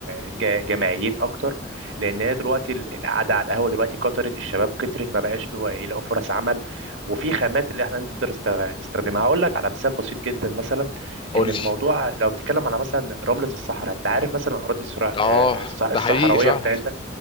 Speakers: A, on the right; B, on the left.
A: الج- الجامعيين أكتر لأن هي دلوقتي ال- القعدة على القهوة دلوقتي كترت الشباب كترت ما بقاش له- يلاقوا فرص عمل وفي خامات اللي احنا نقدر است- نستخدمها هقول لك على مثال بسيط جدا مثلا
B: قول
A: إن
B: لي
A: الموضوع لو بتتكلم على مثلا رملة الصحراء أنت عارف مثلا أراضي الصرا-
B: اه
A: آه، الصح-
B: ده
A: الصحراوية
B: حقيقي فعلا
A: بتاعتنا